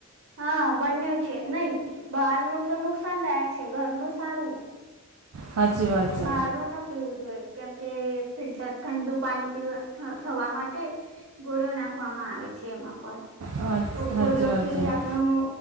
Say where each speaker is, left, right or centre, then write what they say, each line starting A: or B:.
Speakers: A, on the right; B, on the right.
A: હા બંનેવ છે નઈ બાર નું તો નુકસાનદાયક છે, ઘરનું સારું.
B: સાચી વાત છે
A: બારનું ન પીવું જોઈએ. કેમ કે ફિલ્ટર ઠંડુ પાણી પીવા થવા માટે ગોળિયો નાખવામાં આવે છે એમાં પણ
B: હા
A: તો
B: સાચી
A: ગોળિઓથી
B: વાત છે
A: આપણું
B: હા